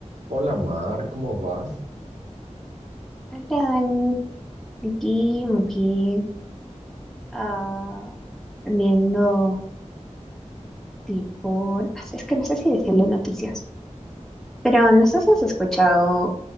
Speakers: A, on the right; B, in the centre.
A: Hola Mar, ¿cómo vas?
B: Hola, Dani. Aquí, muy bien. Ah, viendo tipo, no sé, es que no sé si decirle noticias, pero no sé si has escuchado